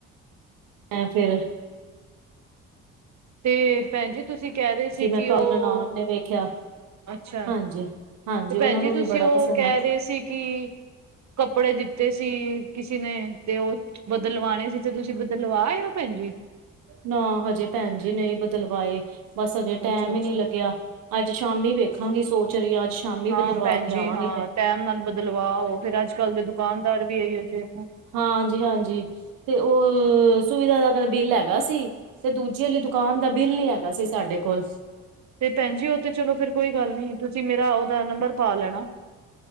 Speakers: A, on the right (about 75°); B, on the right (about 55°).
A: ਐਂ, ਫੇਰ
B: ਤੇ, ਭੈਣ ਜੀ ਤੁਸੀਂ ਕਹਿ ਰਹੇ ਸੀ,
A: ਮੈਂ
B: ਕਿ
A: ਘਰ
B: ਉਹ,
A: ਨਨਾਣ ਨੇ ਵੇਖਿਆ
B: ਅੱਛਾ।
A: ਹਾਂਜੀ ਹਾਂਜੀ
B: ਤੇ
A: ਉਹਨਾਂ
B: ਭੈਣ ਜੀ
A: ਨੂੰ
B: ਤੁਸੀ
A: ਵੀ ਬੜਾ
B: ਉਹ,
A: ਪਸੰਦ
B: ਕਹਿ
A: ਆ
B: ਰੇ ਸੀ, ਕਿ ਕੱਪੜੇ ਦਿੱਤੇ ਸੀ ਕਿਸੇ ਨੇ, ਤੇ ਉਹ ਬਦਲਵਾਣੇ ਸੀ ਤੇ, ਤੁਸੀਂ ਬੱਦਲਵਾਏ ਓ ਭੈਣ ਜੀ?
A: ਨਾ, ਹਜੇ ਭੈਣ ਜੀ, ਨਈ ਬਦਲਵਾਏ। ਬਸ ਅਜੇ ਟੈਮ
B: ਅੱਛਾ, ਅੱਛਾ।
A: ਈ ਨੀ ਲਗਿਆ, ਅੱਜ ਸ਼ਾਮੀ ਵੇਖਾਂਗੀ ਸੋਚ ਰੀ ਆਂ। ਅੱਜ ਸ਼ਾਮੀ
B: ਹਾਂ
A: ਬਦਲਵਾ
B: ਭੈਣ
A: ਕੇ
B: ਜੀ
A: ਆਵਾਂਗੀ
B: ਹਾਂ
A: ਫੇਰ।
B: ਟੈਮ ਨਾਲ ਬਦਲਵਾਓ ਫੇਰ, ਅੱਜ-ਕੱਲ ਦੇ ਦੁਕਾਨਦਾਰ ਵੀ ਏਇਓ ਜੇ
A: ਹਾਂ, ਜੀ-ਹਾਂਜੀ, ਤੇ ਉਹ--ਸੁਵਿਧਾ ਦਾ ਤਾਂ ਬਿੱਲ ਐ ਹੈਗਾ ਸੀ, ਤੇ ਦੂਜੇ ਆਲੀ ਦੁਕਾਨ ਦਾ ਬਿੱਲ ਨੀ ਹੈਗਾ ਸੀ, ਸਾਡੇ ਕੋਲ।
B: ਤੇ ਭੈਣਜੀ, ਉਹ ਤੇ ਚਲੋ, ਫੇਰ ਕੋਈ ਗੱਲ ਨੀ। ਤੁਸੀਂ ਮੇਰਾ, ਉਹਦਾ ਨੰਬਰ ਪਾ ਲੈਣਾ।